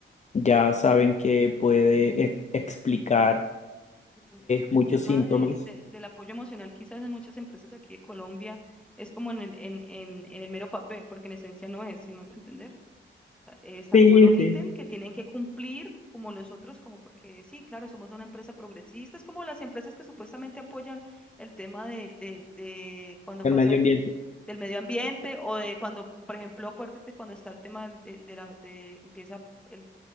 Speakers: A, on the left; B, in the centre.
A: ya saben que puede ex- explicarse
B: Entonces,
A: muchos
B: el tema
A: síntomas.
B: de, de- del apoyo emocional quizás en muchas empresas de aquí de Colombia es como en el, en, en, en el mero papel, porque en esencia no es, sino entender. O sea, eh, Está
A: Sí,
B: como en un
A: sí,
B: ítem que tienen que cumplir como los otros, como porque sí, claro, somos una empresa progresista, es como las empresas que supuestamente apoyan el tema de, de, de cuando
A: el
B: pasa
A: medio
B: el-
A: ambiente.
B: del medio ambiente o de cuando, por ejemplo, acuérdate cuando está el tema del- de, de la, de empieza el